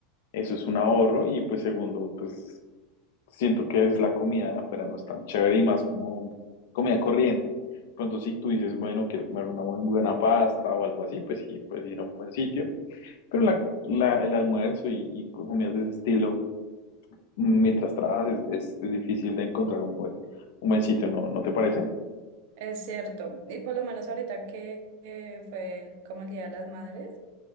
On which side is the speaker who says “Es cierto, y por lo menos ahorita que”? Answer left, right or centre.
Right